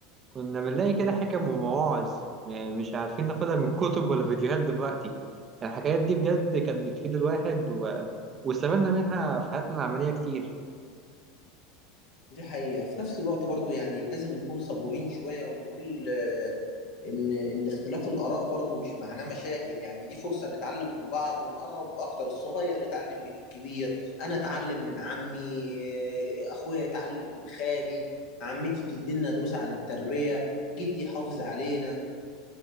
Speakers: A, on the right; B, on the left.
A: كنا بنلاقي كده حكم ومواعظ يعني مش عارفين ناخدها من كتب ولا فيديوهات دلوقتي الحكايات دي بجد كانت بتفيد الواحد و... واستفدنا منها في حياتنا العمليه كتير
B: دي حقيقة في نفس الوقت برضو يعني لازم نكون صبورين شوية ونقول آه ان ان اختلاف الاراء برضو مش معناه مشاكل يعني دي فرصه نتعلم من بعض ونقرب اكتر الصغير يتعلم من الكبير انا اتعلم من عمي إيه، اخويا يتعلم من خالي عمتي تدينا دروس عن التربيه جدي يحافظ علينا